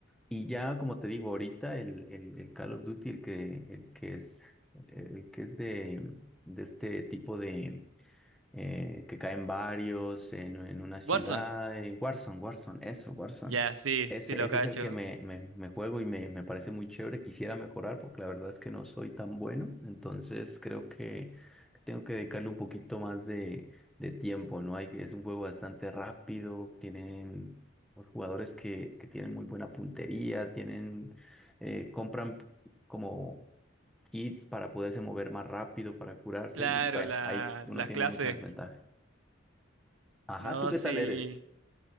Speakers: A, in the centre; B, on the right.
A: Y ya, como te digo, ahorita el, el, el Call of Duty, el que, el que es, el, el que es de, de este tipo de, eh, que caen varios en, en una ciudad.
B: Warzone.
A: eh, Warzone, Warzone, eso, Warzone.
B: Ya, sí,
A: Ese,
B: sí lo
A: ese
B: cacho.
A: es el que me, me, me juego y me, me parece muy chévere. Quisiera mejorar porque la verdad es que no soy tan bueno. Entonces creo que tengo que dedicarle un poquito más de, de tiempo, ¿no? Hay, es un juego bastante rápido. Tienen los jugadores que, que tienen muy buena puntería, tienen, eh, compran como kits para poderse mover más rápido, para curarse
B: Claro,
A: y bueno,
B: la,
A: ahí uno
B: las
A: tiene
B: clases.
A: mucha desventaja. Ajá,
B: No,
A: ¿tú qué
B: sí.
A: tal eres? <laughs>